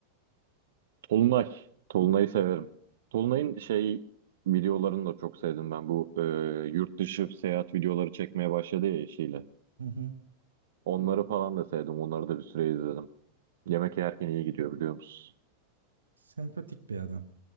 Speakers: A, on the right; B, on the right.
A: Tolunay. Tolunay'ı severim. Tolunay'ın şey videolarını da çok sevdim ben. Bu e, yurt dışı seyahat videoları çekmeye başladı ya eşiyle.
B: Hı hı.
A: Onları falan da sevdim. Onları da bir süre izledim. Yemek yerken iyi gidiyor biliyor musun?
B: Sempatik bir adam.